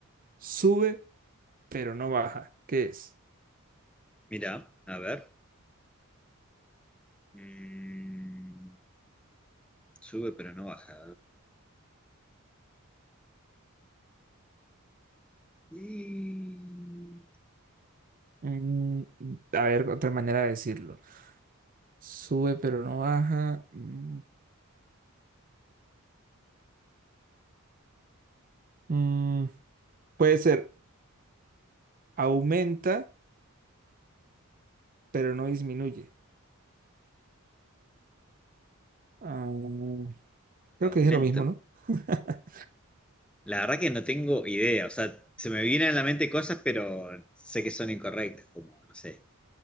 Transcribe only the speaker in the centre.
Mira, a ver. Mm, sube pero no baja. Y...
Aumento.
La verdad que no tengo idea. O sea, se me vienen a la mente cosas, pero sé que son incorrectas, como, no sé,